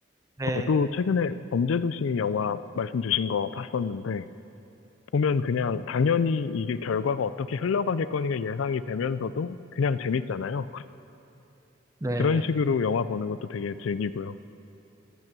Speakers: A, on the right; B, on the left.
A: 네,
B: 저도 최근에 범죄도시 영화 말씀 주신 거 봤었는데 보면 그냥 당연히 이게 결과가 어떻게 흘러가겠거니가 예상이 되면서도 그냥 재밌잖아요. <laughs>
A: 네,
B: 그런
A: 네,
B: 식으로 영화 보는 것도 되게 즐기고요.